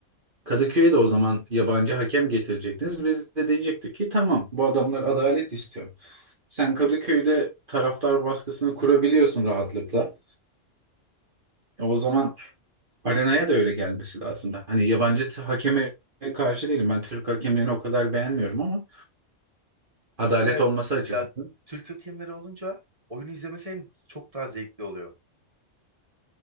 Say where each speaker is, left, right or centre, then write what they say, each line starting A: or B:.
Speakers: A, on the right; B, on the right.
A: Kadıköy'e de o zaman yabancı hakem getirecektiniz. Biz de diyecektik ki tamam bu adamlar adalet istiyor. Sen Kadıköy'de taraftar baskısını kurabiliyorsun rahatlıkla. E, O zaman Arenaya da öyle gelmesi lazım. Hani yabancı t- hakeme karşı değilim. Ben Türk hakemlerini o kadar beğenmiyorum ama adalet
B: Evet
A: olması açısından.
B: ya Türk hakemleri olunca oyunu izlemesi hem çok daha zevkli oluyor.